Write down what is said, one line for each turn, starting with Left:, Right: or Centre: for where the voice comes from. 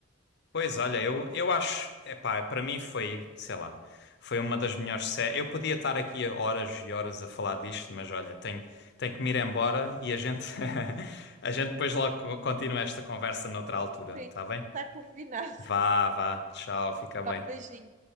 Left: Pois olha, eu, eu acho, epá, para mim foi, sei lá, foi uma das melhores séries. Eu podia estar aqui a horas e horas a falar disto, mas olha, tenho, tenho que me ir embora e a gente <laughs> a gente depois logo co- continua esta conversa noutra altura,
Right: Sim,
Left: tá bem?
Right: tá combinado. <laughs>
Left: Vá, vá, tchau, fica bem.
Right: Vá, beijinho.